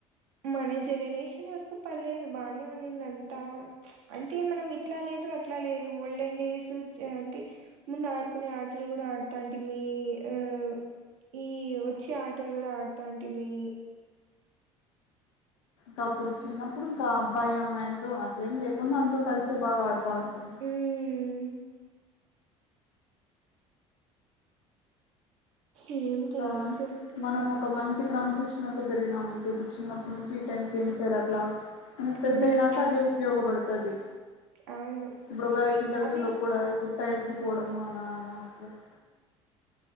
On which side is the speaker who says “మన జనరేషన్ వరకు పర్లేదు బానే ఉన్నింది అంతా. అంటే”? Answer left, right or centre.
Right